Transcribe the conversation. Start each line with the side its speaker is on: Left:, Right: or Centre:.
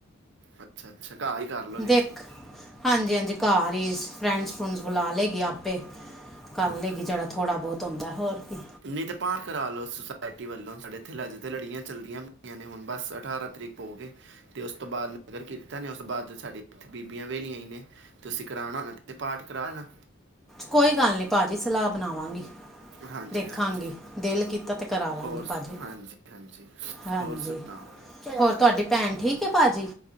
Right: ਅੱਛਾ- ਅੱਛਾ ਘਰ ਹੀ, ਕਰ ਲੋਗੇ
Centre: ਦੇਖ ਹਾਂਜੀ- ਹਾਂਜੀ ਘਰ ਹੀ ਫਰੈਂਡਸ-ਫਰੂਂਡਸ ਬੁਲਾ ਲਏਗੀ ਆਪੇ। ਕਰ ਲੇਗੀ ਜਿੜਾ ਥੋੜਾ ਬਹੁਤ ਹੁੰਦਾ, ਹੋਰ ਕੀ।
Right: ਨੀ ਤੇ ਪਾਠ ਕਰਾ ਲਓ ਸੁਸਾਇਟੀ ਵੱਲੋਂ ਸਾਡੇ ਇਥੇ ਅਜ ਤੇ ਲੜੀਆਂ ਚੱਲਦੀਆਂ ਪਈਆਂ ਨੇ। ਤੇ ਹੁਣ ਬਸ ਅਠਾਰਾਂ ਤਰੀਕ ਭੋਗ ਏ। ਤੇ ਉਸ ਤੋਂ ਬਾਅਦ ਨਗਰ ਕੀਰਤਨ ਨੇ ਉਸ ਤੋਂ ਬਾਅਦ ਸਾਡੇ ਬੀਬੀਆਂ ਵੇਲੀਆਂ ਹੀ ਨੇ। ਤੁਸੀਂ ਕਰਾਉਣਾ ਹੋਣਾ ਤੇ ਪਾਠ ਕਰਾ ਲੈਣਾ।
Centre: ਕੋਈ ਗੱਲ ਨਹੀਂ ਭਾਅ ਜੀ ਸਲਾਹ ਬਣਾਵਾਂਗੀ।
Right: ਹਾਂਜੀ
Centre: ਦੇਖਾਂਗੀ
Right: ਹਾਂਜੀ
Centre: ਦਿਲ ਕੀਤਾ ਤੇ ਕਰਾ ਲਾਂਗੀ
Right: ਹੋਰ ਸ-
Centre: ਭਾਜੀ,
Right: ਹਾਂਜੀ ਹਾਂਜੀ
Centre: ਹਾਂਜੀ।
Right: ਹੋਰ ਸੁਣਾਓ
Centre: ਹੋਰ ਤੁਹਾਡੀ ਭੈਣ ਠੀਕ ਹੈ ਭਾਜੀ?